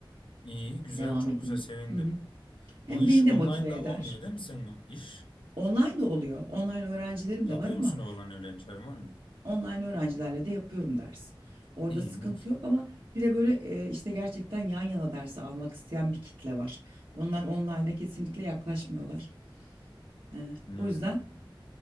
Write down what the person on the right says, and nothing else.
Devam
edeyim.
Hı hı. Hem
beni
de motive eder.
Online de oluyor. Online öğrencilerim
de var
ama
online öğrencilerle de yapıyorum ders. Orada
sıkıntı
yok ama bir de böyle e, işte gerçekten yan yana dersi almak isteyen bir kitle var. Onlar online'a kesinlikle yaklaşmıyorlar. E,
o yüzden